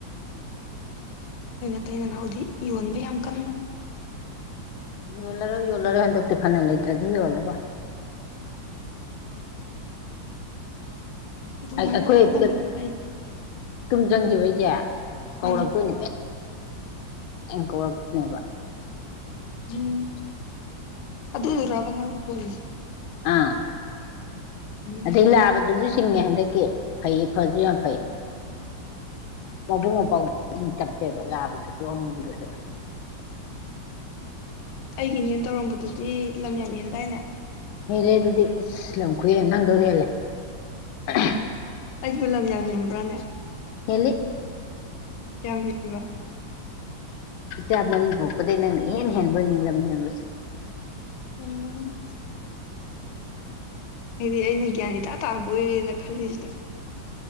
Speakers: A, on the left; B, on the left.
A: ꯅ ꯅꯠꯇ ꯅꯅꯥꯍꯎꯗꯤ ꯌꯣꯟꯕ ꯌꯥꯝ ꯀꯟꯕꯅꯦ
B: ꯌꯣꯜꯂꯔꯣꯏ ꯌꯣꯜꯂꯔꯣꯏ ꯍꯟꯗꯛꯇꯤ ꯐꯅ ꯂꯩꯇ꯭ꯔꯁꯨ ꯌꯣꯜꯂꯔꯣꯏ
A: ꯑꯗꯨꯃꯥꯏꯅꯕꯨ
B: ꯑꯩꯈꯣꯏ ꯍ
A: ꯈꯜꯂꯗꯤ ꯐꯩ
B: ꯇꯨꯝ ꯆꯪꯈꯤꯕꯩꯁꯦ ꯀꯧꯔꯛꯇꯣꯏꯅꯦ
A: ꯑꯥ
B: ꯀꯧꯔꯛꯇꯣꯏꯅꯦꯕ
A: ꯎꯝ ꯑꯗꯨꯗꯨꯔꯒ ꯃꯔꯨꯝ ꯈꯣꯜꯂꯤꯁꯦ
B: ꯑꯥ
A: ꯃꯥꯗꯤ
B: ꯑꯗꯩ ꯂꯥꯕꯗꯨꯁꯨ ꯁꯤꯡꯉꯦ ꯍꯟꯗꯛꯀꯤ ꯐꯩ ꯐꯁꯨ ꯌꯥꯝ ꯐꯩ ꯃꯕꯨꯡ ꯃꯧꯄꯥꯎ ꯏꯪ ꯆꯞꯄꯦꯕ ꯂꯥꯕꯗꯨꯁꯨ ꯑꯃꯣꯝꯗꯨꯁꯨ
A: ꯑꯩꯒꯤꯅꯦꯅ ꯇꯧꯔꯝꯕꯗꯨꯗꯤ ꯂꯝ ꯌꯥꯝ ꯏꯍꯟ ꯇꯥꯏꯅꯦ
B: ꯍꯦꯜꯂꯦ ꯑꯗꯨꯗꯤ ꯑꯁ ꯂꯝ ꯀꯨꯏꯍꯦ ꯅꯪꯗ ꯍꯦꯜꯂꯦ <unintelligible>
A: ꯑꯩꯕꯨ ꯂꯝ ꯌꯥꯝ ꯅꯕ꯭ꯔꯥꯅꯦ
B: ꯍꯂ
A: ꯀ ꯌꯥꯕ
B: ꯏꯆꯥ ꯃꯔꯤ ꯐꯣꯛꯄꯗꯩ ꯅꯪꯅ ꯏꯍꯦꯟ ꯍꯦꯟꯕꯣꯏ ꯅꯤꯡꯂꯝ ꯍꯦꯟꯕꯁꯦ
A: ꯎꯝ ꯍꯥꯏꯗꯤ ꯑꯩꯅ ꯒ꯭ꯌꯥꯟ ꯏꯇꯥ ꯇꯥꯕ ꯑꯣꯏꯔꯦꯅ ꯈꯜꯂꯤꯁꯤꯗ